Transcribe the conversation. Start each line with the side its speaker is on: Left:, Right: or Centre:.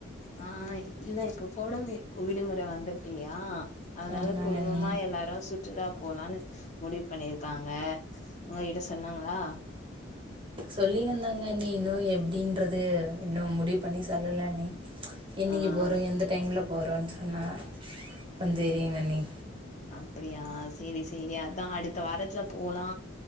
Left: ஆ இ இல்ல இப்ப கோடமே விடுமுற வந்திருக்கில்லியா அத்னால
Right: ஆமாங்க
Left: குடும்பமா
Right: அண்ணி
Left: எல்லாரு சு ற்றுலா போலான்னு முடிவு பண்ணிருக்காங்க உங்க கிட்ட சொன்னாங்ளா?
Right: சொல்லிருந்தாங்க அண்ணி இன்னு எப்டின்றது இன்னும் முடிவு பண்ணி சொல்லல அண்ணி என்னக்கி
Left: ஆ
Right: போறோ எந்த டைம்ல போறோன் சொன்னா வந் தெரியுங்கண்ணி
Left: அப்புடியா சேரி சேரி அதா அடுத்த வாரத்ல போலா